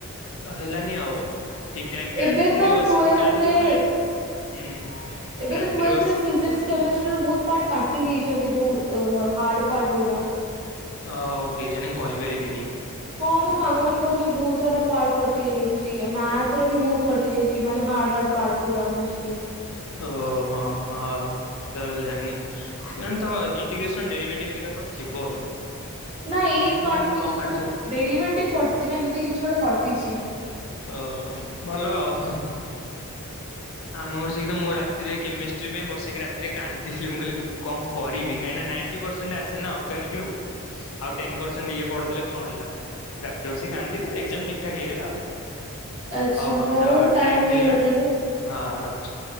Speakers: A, on the left; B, on the right.
A: ତ ହେଲାନି ଆଉ। ଠିକ୍ ଟାଇମ୍ କି
B: ଏବେ
A: ରାତିରେ
B: ତ
A: ବସିକି
B: ଟୁଏଲ୍ଥରେ
A: କାନ୍ଦୁଥାଏ ହୁଁ।
B: ଏବେ
A: ରାତିରେ
B: ତ ଟୁଏଲ୍ଥ
A: ବସି
B: ରେ ଫିିକସ କେମିଷ୍ଟି ବହୁତ ପାର୍ କାଟି ଦେଇଛନ୍ତି ଯୋଉ ଅ ହାଡ଼ ପାଟଗୁରା।
A: ଓ କେହିଜାଣି କହିପାରିବିନି।
B: ହଁ ମୋ ସାଙ୍ଗ ମାନେ କହୁଥିଲେ ବହୁତ ସାରା ପାର୍ କଟି ଯାଇଛି ମ୍ୟାଥ ର ବି ବହୁତ କଟି ଯାଇଛି ମାନେ ହାର୍ଡ ହାର୍ ପାର୍ ପାଟ ରା ମୋଷ୍ଟଲ୍ଲୀ।
A: ଓ ହୋ ହଁ ଚାଲିଲାଣିି। ତେଣିତ ଇଟିଗ୍ରେସନ ଡେରି ଭେଟି ଭରିକା ତ ଥିବ ହିଁ
B: ନା ଏଇ
A: କେଜାଣି
B: ପାଟ ବି
A: କଣ
B: କିଛି
A: କାଟିଥିବ।
B: ଗୋଟେ ଡେରିଭେଟିଭ କଟିଛି ନା ଏମିତି କିଛି ଗୋଟେ କଟିଛି।
A: ଓହୋ ଭଲ ଆଉ। ଆମ ବସିକି ତ ମୁଁ ରାତିରେ କେମିଷ୍ଟ୍ରି ପାଇଁ ବସିକି ରାତିରେ କାନ୍ଦିଲି ମୁଁ କହିଲି ବୁ କଣ କରିବି। କାଇଁ ନାଇଣ୍ଟ ପରସେଣ୍ଟ ଆସେ ନା ଅର୍ଗାନିକରୁ ଆଉ ଟେନ ପରସେଣ୍ଟ ଇଏ ପଡିଦେଲେ କଣ ହେଲା। ରାତିରେ ବସିକି କାନ୍ଦିଲୁ ଏକ୍ସଜାମ ଠିକ୍ ଠାକ୍ ହେଇଗଲା ଆଉ।
B: ଆଚ୍ଛା
A: ହୋଉ ଆମେ
B: ହଉ
A: ତ
B: ଟାଇମ
A: ଟାଇମ୍ ହେଇଗଲାଣି
B: ଆଉ।
A: ହଁ ରଖଛୁ।